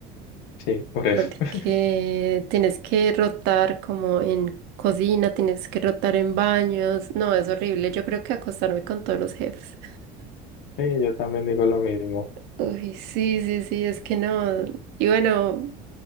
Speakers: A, on the left; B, on the right.
A: Sí, por eso.
B: porque
A: <laughs>
B: tienes que rotar como en cocina, tienes que rotar en baños. No, es horrible. Yo creo que acostarme con todos los jefes.
A: Sí, yo también digo lo mismo.
B: Uy, sí, sí, sí, es que no. Y bueno,